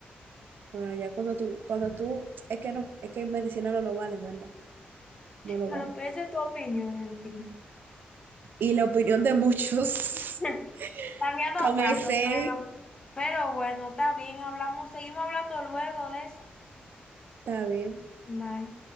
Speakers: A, on the right; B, on the left.
A: Bueno, ya cuando tú, cuando tú, es que no, es que en medicina no lo vale, ¿verdad? No lo
B: Bueno,
A: vale.
B: pero esa es tu opinión, en fin.
A: Y la opinión de muchos
B: <laughs>
A: <laughs>
B: También no
A: con
B: tanto,
A: ese,
B: pero... Pero bueno, está bien, hablamos, seguimos hablando luego de eso.
A: está bien.
B: Bye.